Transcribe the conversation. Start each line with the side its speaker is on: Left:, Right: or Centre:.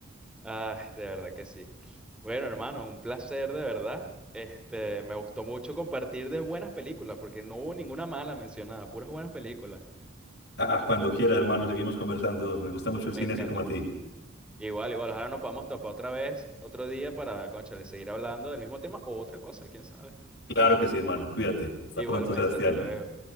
Centre: Ah, de verdad que sí. Bueno, hermano, un placer de verdad. Este, me gustó mucho compartir de buenas películas, porque no hubo ninguna mala mencionada, puras buenas películas.
Left: Ah, ah, cuando quiera, hermano, seguimos conversando. Me gusta mucho el
Centre: Me
Left: cine
Centre: encanta.
Left: así como a ti.
Centre: Igual, igual, ojalá nos podamos topar otra vez, otro día para, cónchale, seguir hablando del mismo tema o otra cosa, quién sabe.
Left: Claro que sí, hermano. Cuídate. Hasta
Centre: Igualmente,
Left: pronto, Sebastián.
Centre: hasta luego.